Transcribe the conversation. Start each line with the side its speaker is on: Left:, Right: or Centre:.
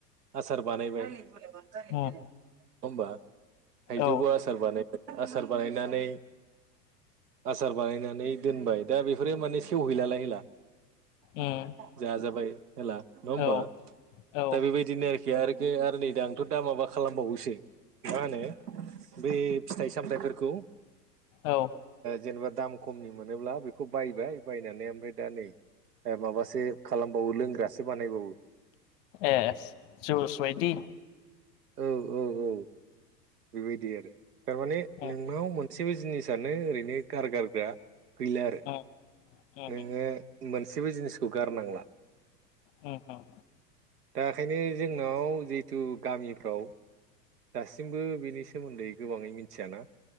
Right: आसार बानायबाय <unintelligible>
Left: उम
Right: होमबा थाइजौ
Left: औ
Right: आसार बानाय आसार बानायनानै आसार बानायनानै दोनबाय दा बेफोरो माने <inaudible> जा जाबाय
Left: उम
Right: हला नङ होमबा
Left: औ औ
Right: दा बे बैदिनि आरोखि आरोखो आरो नै दा आंथ' दा माबा खालामबावोसो मा होनो बै फिथाइ सामथायाइफोरखौ
Left: औ ओ
Right: जेनेबा दाम खमनि मोनोब्ला बेखौ बायबाय बायनानै ओमफ्राय दा नै माबासो खालामबावो लोंग्रासो बानायबावो।
Left: ए जुइस बायदि?
Right: औ औ औ बेबायदि आरो थारमाने नोंनाव
Left: उम
Right: मोन गासिबो जिनिसानो ओरैनो गारगारग्रा गैला आरो
Left: उम उम
Right: नोङो मोनसेबो जिनिसखौ गारनांला
Left: उम उम
Right: दा ओखायनो जोंनाव जि जिथु गामिफ्राव दासिमबो बेनि सोमोन्दै गोबाङै मिथियाना?